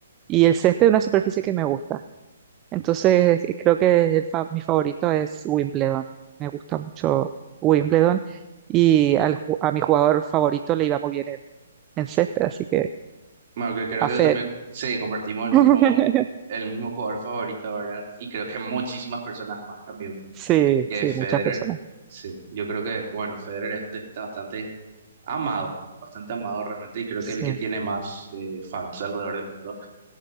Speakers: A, on the right; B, on the right.
A: y el césped es una superficie que me gusta. Entonces, eh, creo que el fa- mi favorito es Wimbledon. Me gusta mucho Wimbledon y al ju- a mi jugador favorito le iba muy bien en, en césped, así que
B: Bueno, que creo
A: a
B: que
A: Federer.
B: también sí, compartimos el mismo,
A: <laughs>
B: el mismo jugador favorito, ¿verdad? Y creo que muchísimas personas más también,
A: Sí,
B: que
A: sí,
B: es Federer.
A: muchas personas.
B: Sí, yo creo que, bueno, Federer es un tenista bastante amado, bastante amado realmente, y creo
A: Sí,
B: que es el que tiene más eh, fans alrededor del mundo.